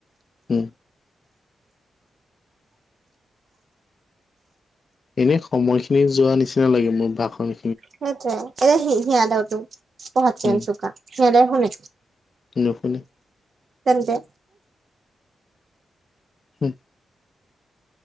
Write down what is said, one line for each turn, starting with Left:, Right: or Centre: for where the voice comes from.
Left: হম, এনে সময় খিনি যোৱা নিচিনা লাগে মোৰ ভাষণি
Right: সেইটোৱে এতি সিয় দেও তো পহচি
Left: উম
Right: আনি চুকাা সিহঁ দে শু নে
Left: <unintelligible>
Right: তেন্তে?
Left: হু,